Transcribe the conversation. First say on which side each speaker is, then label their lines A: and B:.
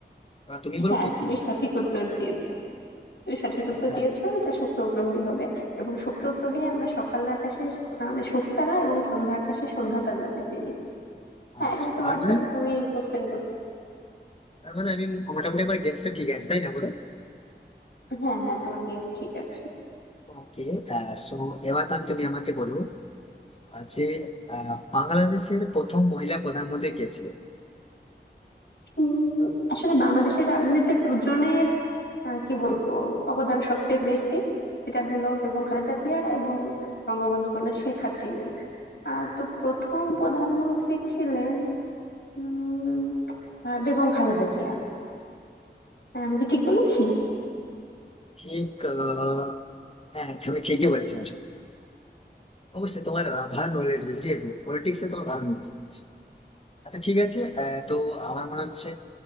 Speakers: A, on the left; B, on the left.
A: আহ, তুমি বলো
B: হ্যাঁ
A: ঠিক
B: তুমি
A: কিনা
B: সঠিক উত্তর দিয়েছো সঠিক উত্তর
A: আচ্ছা
B: দিয়েছো এটা শুক্র গ্রহই হবে এবং শুক্র গ্রহে আমরা সকাল আকাশে শু- মানে শুকতারা এবং সন্ধ্যা আকাশে সন্ধ্যা তারা নামে চিনি হ্যাঁ
A: আচ্ছা
B: এবার
A: তার
B: তোমার টার্ন
A: মানে
B: তুমি কোশ্চেন করতে
A: তার মানে আমি মোটামুটি আমার গেস্টটা ঠিক আছে তাই না বলো
B: হ্যাঁ হ্যাঁ তোমার গেস ঠিক আছে
A: ওকে সো এবার তাহলে তুমি আমাকে বলো আহ, যে আহ, বাংলাদেশের প্রথম মহিলা প্রধানমন্ত্রী কে ছিল
B: উম, আসলে বাংলাদেশের রাজনীতিতে দুজনের আহ, কি বলবো অবদান সবচেয়ে বেশি সেটা হলো বেগম খালেদা জিয়া এবং বঙ্গবন্ধু কন্যা শেখ হাসিনা আহ তো প্রথম প্রধানমন্ত্রী ছিলেন উম আহ, বেগম খালেদা জিয়া হ্যাঁ, আমি কি ঠিক বলেছি
A: ঠিক আহ, হ্যাঁ তুমি ঠিকই বলেছো আসলে। অবশ্যই তোমার আহ, ভালো নলেজ রয়েছে ঠিক আছে পলিটিক্সে তোমার ভালো নলেজ আচ্ছা ঠিক আছে আহ, তো আমার মনে হচ্ছে